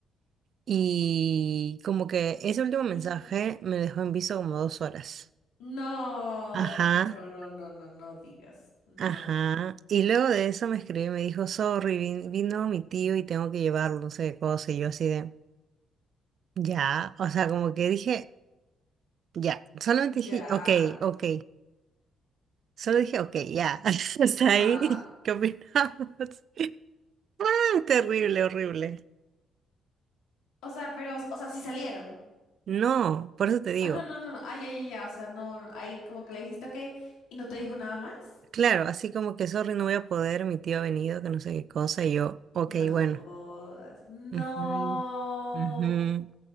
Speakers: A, on the right (about 60°); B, on the left (about 85°).
A: Y como que ese último mensaje
B: ujú.
A: me dejó en visto como dos horas.
B: No,
A: Ajá,
B: no, no, no, no, no, no digas, no.
A: ajá. Y luego de eso me escribió y me dijo, sorry, vin- vino mi tío y tengo que llevarlo, no sé qué cosa. Y yo así de, ya. O sea, como que dije, ya. Solamente
B: Ya,
A: dije, ok, ok. Solo dije, ok, ya. <laughs> Hasta
B: ajá.
A: ahí. ¿Qué opinamos? <laughs> Terrible, horrible.
B: O sea, pero, o sea, sí salieron.
A: No, por eso te digo.
B: Ah, no, no, no, no. Ah, ya, ya, ya. O sea, no, ahí como que le dijiste que y no te dijo nada más.
A: Claro, así como que sorry, no voy a poder, mi tío ha venido, que no sé qué cosa, y yo, ok,
B: No me jodas.
A: bueno.
B: No.
A: Ujú, ujú.